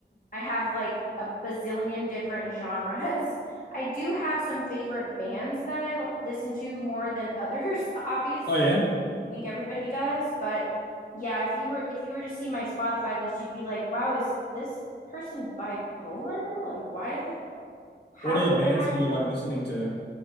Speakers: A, on the left; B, on the left.
A: I have like a bazillion different genres. <laughs> I do have some favorite bands that I l- listen to more than others, <laughs> obviously.
B: Oh yeah.
A: I think everybody does, but yeah, if you were if you were to see my Spotify list, you'd be like, "Wow, is this person bipolar? Like, why did it, how
B: What are
A: did
B: the bands
A: they have
B: that you like listening to?